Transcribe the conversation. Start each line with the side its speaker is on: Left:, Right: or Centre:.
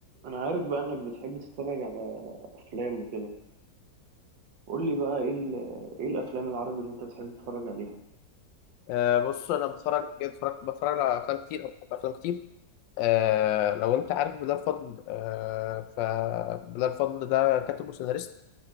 Right: انا عارف بقى انك بتحب تتفرج على افلام وكده قول لي بقى ايه ال- ايه الافلام العربي اللي انت بتحب تتفرج عليها
Left: أه بص انا بتفرج جد بتفرج بتفرج على افلام كتير او بحب افلام كتير أه لو انت عارف بلال فضل أه فبلال فضل ده كاتب وسيناريست